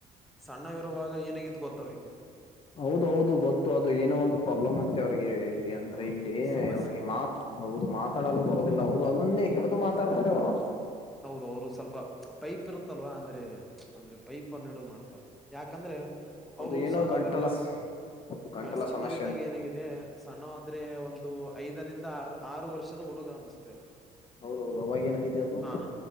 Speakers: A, in the centre; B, on the left (about 35°).
A: ಸಣ್ಣಗರವಾಗ ಏನಗಿದ ಗೊತ್ತ ಅವ್ರಿಗೆ.
B: ಹೌದು ಹೌದು ಗೊತ್ತು ಅದು ಏನೋ ಒಂದು ಪ್ರಾಬ್ಲಮ್ ಅಂತೆ ಅವ್ರಿಗೆ ಇಲ್ಲಿ ಅಂದ್ರೆ
A: ಹೌದು
B: ಇಲ್ಲಿ
A: ಸಮಸ್ಯೆ
B: ಅವ್ರಿಗೆ ಮಾತ್ರ. ಹೌದು ಮಾತಾಡಲು ಬರೋದಿಲ್ಲ ಹೌದು ಅದನ್ನೇ ಹಿಡಿದು ಮಾತಾಡ್ತಾರೆ ಅವರು.
A: ಹೌದು ಅವರು ಸ್ವಲ್ಪ ಪೈಪ್ ಇರುತ್ತಲ್ವಾ ಅಂದ್ರೆ. ಅಂದ್ರೆ ಪೈಪ್ ಅನ್ನ ಹಿಡ ಮಾಡ್ತಾರ ಯಾಕಂದ್ರೆ
B: ಅದು
A: ಅವರು
B: ಏನೋ
A: ಸಣ್ಣವಿರುವಾಗ.
B: ಗಂಟಲ ಹೌದು ಗಂಟಲ
A: ಸಣ್ಣವಿದ್ದಾಗ
B: ಸಮಸ್ಯೆ ಅಂತೆ
A: ಏನತ್ತು. ಸಣ್ಣ ಅಂದ್ರೆ ಒಂದು ಐದರಿಂದ ಆ ಆರು ವರ್ಷದ ಹುಡುಗ ಅನಸ್ತೇ ಅವ್ರು.
B: ಹೌದೌದು ಅವಾಗ ಏನಾಗಿದೆ ಅದು.
A: ಹಾ.